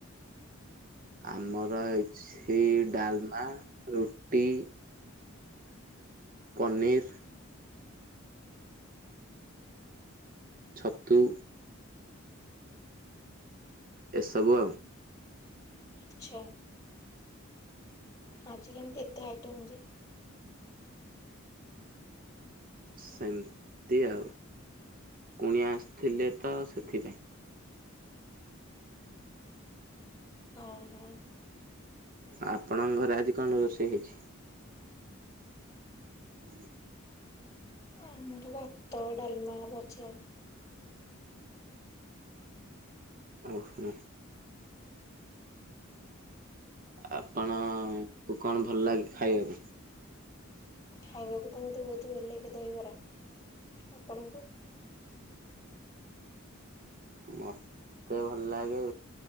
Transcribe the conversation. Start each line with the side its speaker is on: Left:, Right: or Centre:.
Right: ଆମର ହେଇଛି ଡାଲମା, ରୁଟି। ପନିର୍। ଛତୁ। ଏସବୁ ଆଉ।
Left: ଆଛା। ଆଜି କେମିତି ଏତେ ଆଇଟମ୍ ଯେ?
Right: ସେମତି ଆଉ କୁଣି ଆସିଥିଲେ ତ ସେଥିପାଇଁ।
Left: ଓହୋ।
Right: ଆପଣଙ୍କ ଘରେ ଆଜି କଣ ରୋଷେଇ ହେଇଛି? <inaudible>
Left: ଆମର ଭାତ ଡାଲମା ଭଜା।
Right: ଓ ହୋ। ଆପଣଙ୍କୁ କଣ ଭଲ ଲାଗେ ଖାଇବାକୁ?
Left: ଖାଇବାକୁ ତ ମତେ ବହୁତ ଭଲ ଲାଗେ ଦହିବରା ଆପଣଙ୍କୁ
Right: ମୋତେ ଭଲ ଲାଗେ